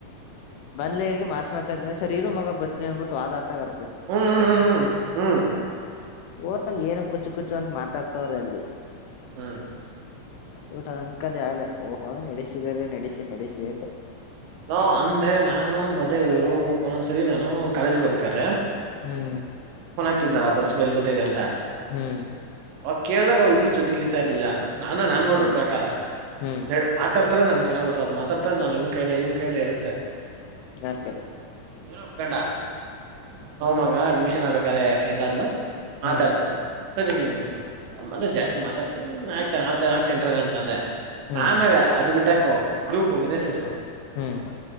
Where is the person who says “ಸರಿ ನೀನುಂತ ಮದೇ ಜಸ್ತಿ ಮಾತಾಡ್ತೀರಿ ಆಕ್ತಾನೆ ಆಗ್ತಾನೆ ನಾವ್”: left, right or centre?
Right